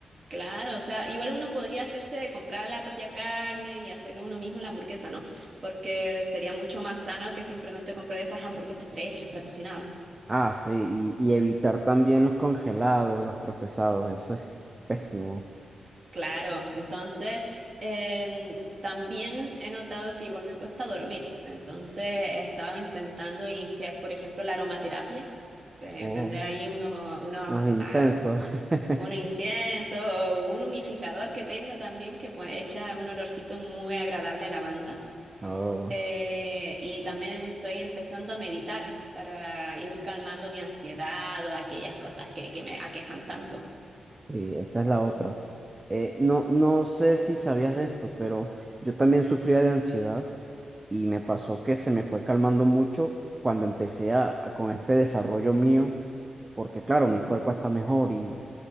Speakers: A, on the right; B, on the right.
A: Claro, o sea, igual uno podría hacerse comprar la propia carne y hacerlo uno mismo la hamburguesa, ¿no? Porque sería mucho más sano que simplemente comprar esas hamburguesas prehechas, precocinadas.
B: Ah, sí, y, y evitar también los congelados, los procesados, eso es pésimo.
A: Claro, entonces em, también he notado que igual me cuesta dormir. Entonces he estado intentando iniciar, por ejemplo, la aromaterapia, eh,
B: Oh.
A: prender ahí uno, uno,
B: Los incensos.
A: ah, un incienso
B: <laughs>
A: o un humidificador que tengo también que pues, echa un olorcito muy agradable a lavanda.
B: Oh,
A: Eh, y también estoy empezando a meditar para ir calmando mi ansiedad o aquellas cosas que, que me aquejan tanto.
B: sí, esa es la otra. Eh, no, no sé si sabías de esto, pero yo también sufría de ansiedad y me pasó que se me fue calmando mucho cuando empecé a, a- con este desarrollo mío, porque claro,
A: Ujú.
B: mi cuerpo está mejor y,